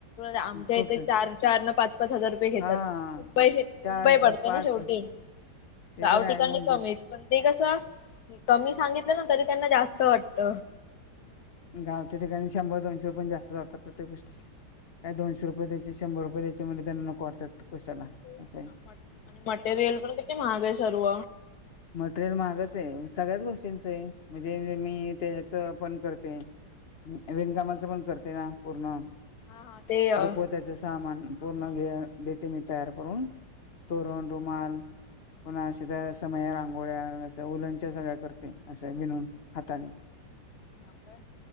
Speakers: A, on the left (about 60°); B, on the left (about 35°).
A: आमच्या
B: खूप
A: इथे
B: स
A: चार चार न पाच पाच हजार रुपये घेतात
B: हा
A: पैसे
B: चार
A: मुंबई पडते
B: पाच
A: ना शेवटी
B: ते
A: गाव
B: तर आहे
A: ठिकाणी
B: मुंबईत
A: कमीच पण ते कस कमी सांगितलं ना तरी, त्यांना जास्त वाटत.
B: गावच्या ठिकाणी शंभर दोनशे पण जास्त प्रत्येक गोष्टीची काय दोनशे रुपये द्यायचे शंभर रुपये द्यायचे म्हणजे त्यांना नको वाटतात. कशाला
A: तेच
B: असं आहे.
A: ना आणि मटेरियल पण किती महाग आहे सर्व.
B: मटेरियल महागच आहे सगळ्याच गोष्टी म्हणजेे मी ते हे च पण करते, विणकामाचं
A: कोणतं?
B: पण करते ना पूर्ण.
A: हा हा ते अ हा
B: रुकवत्याचे सामान पूर्ण
A: हा हा
B: घे देते मी. तयार करून तोरण, रुमाल, पुन्हा असे त्या समया, रांगोळ्या अस, उलन च्या सगळ्या करते असं विनून हाताने.
A: हा काय?